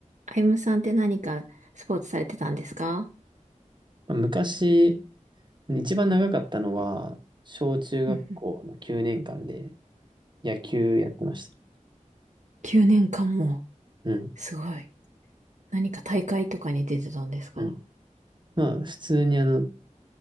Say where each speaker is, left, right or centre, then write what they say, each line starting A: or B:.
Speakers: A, on the right; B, on the right.
A: あゆむさんって何かスポーツされてたんですか
B: 昔、一番長かったのは、小中学校の9年間で
A: うんうん。
B: 野球やってました。
A: 9年間も。
B: うん。
A: すごい。何か大会とかに出てたんですか
B: うん。まあ、普通にあの、